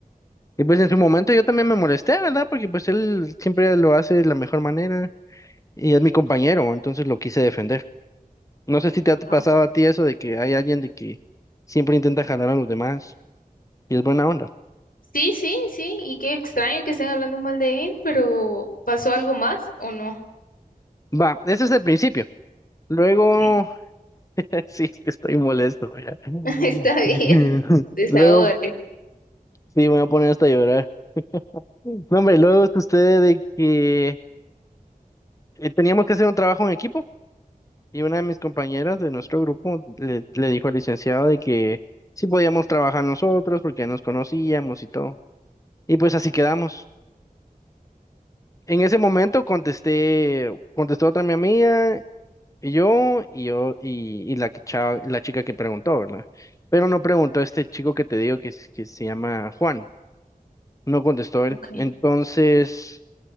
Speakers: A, on the left; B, on the left.
A: Y pues en su momento yo también me molesté, ¿verdad? Porque pues él siempre lo hace de la mejor manera y es mi compañero, entonces lo quise defender. No sé si te ha
B: Ajá.
A: pasado a ti eso de que hay alguien de que siempre intenta jalar a los demás y es buena onda.
B: Sí, sí, sí. Y qué extraño que estén hablando mal de él, pero ¿pasó algo más o no?
A: Va, ese es el principio. Luego,
B: Ok.
A: <laughs> sí, es que estoy molesto, ¿verdad? <laughs>
B: <laughs> Está bien. Desahógate.
A: Luego, sí, me voy a poner hasta llorar. No, hombre, luego sucede de que eh, teníamos que hacer un trabajo en equipo y una de mis compañeras de nuestro grupo le, le dijo al licenciado de que sí podíamos trabajar nosotros porque ya nos conocíamos y todo. Y pues así quedamos. En ese momento contesté, contestó otra mi amiga y yo y yo y, y la que chava- la chica que preguntó, ¿verdad? Pero no preguntó este chico que te digo que, es- que se llama Juan. No contestó él.
B: Ok.
A: Entonces,